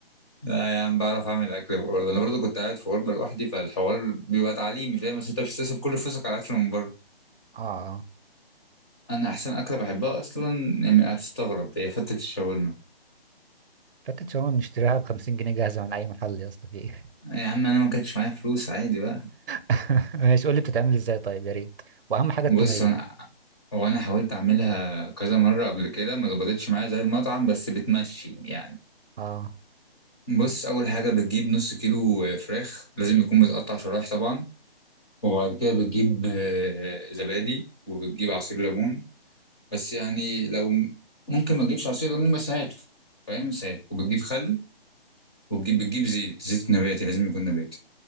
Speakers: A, on the left; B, on the right.
A: لا يا عم بعرف اعمل اكل برضه انا برضه كنت قاعد في غربة لوحدي فالحوار بيبقى تعليمي فاهم بس انت مش بتصرف كل فلوسك على اكل من بره
B: اه اه
A: انا احسن اكله بحبها اصلا يعني هتستغرب هي فتة الشاورما
B: فتة شاورما بنشتريها ب 50 جنيه جاهزة من أي محل يا اسطى في ايه
A: يا عم انا ما كانش معايا فلوس عادي بقى
B: <laughs> ماشي قول لي بتتعمل ازاي طيب يا ريت وأهم حاجة التومية
A: بص انا هو انا حاولت اعملها كذا مره قبل كده ما ظبطتش معايا زي المطعم بس بتمشي يعني
B: اه
A: بص اول حاجه بتجيب نص كيلو فراخ لازم يكون متقطع شرايح طبعا وبعد كده بتجيب آه، زبادي وبتجيب عصير ليمون بس يعني لو ممكن ما تجيبش عصير ليمون بس هاته فاهم بس هات وبتجيب خل وتجيب بتجيب زيت زيت نباتي لازم يكون نباتي